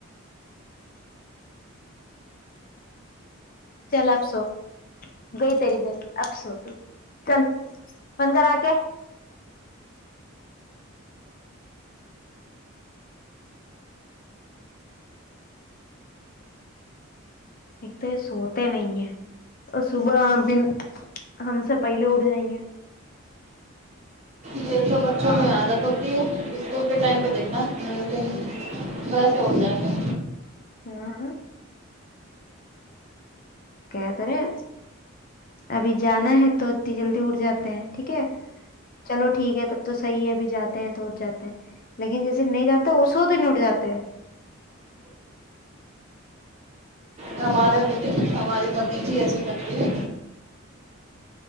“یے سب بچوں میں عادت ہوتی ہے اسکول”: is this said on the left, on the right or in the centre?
Right